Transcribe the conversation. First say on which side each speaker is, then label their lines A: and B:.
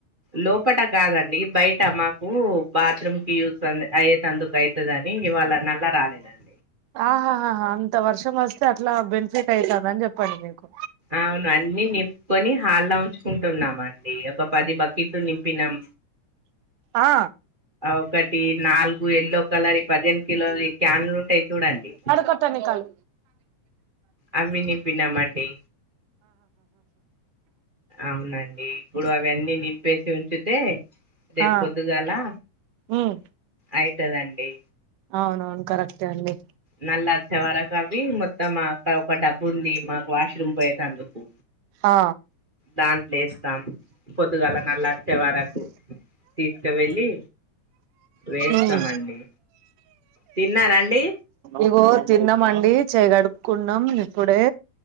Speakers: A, on the right; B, on the right.
A: లోపట కాదండి బయట మాకు బాత్రూమ్ కి యూస్ అయ్యేటందుకు అయితే ఉంటదని ఇవాళ నల్లా రాలేదండి
B: ఆహాహా అంత వర్షం వస్తే అట్లా బెనిఫిట్ అయితుంద అని చెప్పండి మీకు
A: అవును అన్ని నింపుకొని హాల్లా ఉంచుకుంటున్నాం అండి ఒక పది బకెట్లు నింపినాం
B: ఆ
A: ఒకటి నాలుగు ఎల్లో కలర్ ఈ పదిహేను కిలోలు క్యాన్లు ఉంటాయి చూడండి
B: కట్టా నీ కల్
A: అవి నింపినామండి. అవునండి ఇప్పుడు అవన్నీ నిప్పేసి ఉంచితే రేపు
B: ఆ
A: పొద్దుగాలా
B: ఉమ్
A: అయితదండి
B: అవునవును కరెక్ట్ ఏ అండి
A: నల్లా వచ్చేవరకు అవి మొత్తం మా ఒక డబ్బు ఉంది మాకు వాష్రూమ్ పోయేట అందుకు
B: ఆ
A: దాంట్లో వేస్తాం పొద్దుగాల నల్లా వచ్చే వరకు తీసుక వెళ్ళి వేస్తామండి
B: ఉమ్
A: తిన్నారా అండి
B: ఇగో తిన్నమండి చేయి గడుక్కున్నాం ఇప్పుడే